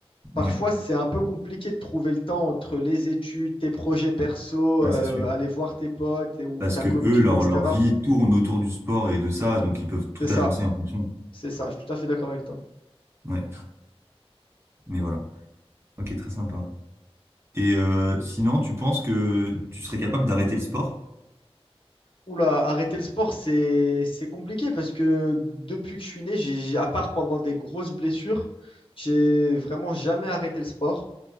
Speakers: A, on the left (about 55°); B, on the right (about 25°).
A: Parfois,
B: Ouais,
A: c'est un peu compliqué de trouver le temps entre les études, tes projets perso,
B: ouais,
A: euh,
B: c'est sûr.
A: aller voir tes potes et- ou
B: Parce
A: ta
B: que
A: copine,
B: eux, leur,
A: etc.
B: leur vie tourne autour du sport et de ça, donc ils peuvent tout
A: C'est ça,
B: agencer en fonction.
A: c'est ça. Je suis tout à fait d'accord avec toi.
B: Ouais, mais voilà. Ok, très sympa. Et euh, sinon, tu penses que tu serais capable d'arrêter le sport?
A: Oula, arrêter le sport, c'est c'est compliqué parce que depuis que je suis né, j'ai, j'ai- à part pendant des grosses blessures, j'ai vraiment jamais arrêté le sport.